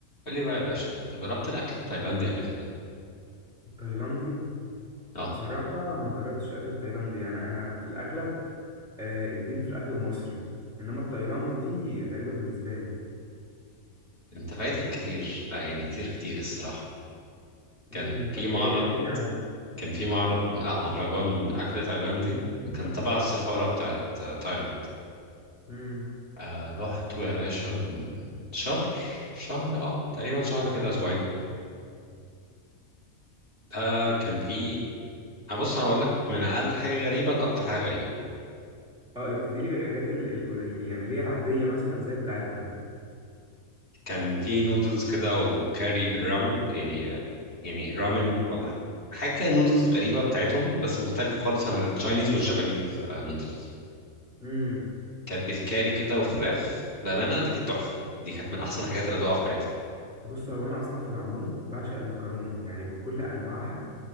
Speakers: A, on the left; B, in the centre.
A: قول لي بقى يا باشا انت جربت الاكل التايلاندي قبل كده
B: التايلاندي
A: اه
B: بصراحة ما جربتش أكل التايلاندي يعني أنا في الأغلب آه، اديني في الأكل المصري إنما التايلاندي دي غريبة بالنسبة لي
A: انت فايتك كتير لا يعني كتير كتير الصراحه كان
B: امم
A: في
B: طب
A: معرض
B: إيه احكي لي عنه
A: كان في معرض لا مهرجان اكل تايلاندي كان تبع السفاره بتاعت آه، تايلاند
B: امم
A: آه رحت يا باشا من شهر شهر اه تقريبا شهر كده اسبوعين ده كان في آه، بص انا هقول لك من اقل حاجه غريبه لاكتر حاجه غريبه
B: اه ابتدي لي بالحاجات ال- القليلة يعني اللي هي العادية مثلا زي بتاعتنا
A: كان في نودلز كده وكاري بالرامن يعني يعني رامن ولا حاجة كده نودلز غريبة بتاعتهم بس مختلفة خالص عن التشاينيز والجابانيز آه، نودلز
B: امم
A: كانت بالكاري كده وفراخ بأمانة دي كانت تحفة دي كانت من أحسن الحاجات اللي دوقها في حياتي
B: بص هو أنا أصلا في العموم بعشق المكرونة يعني بكل أنواعها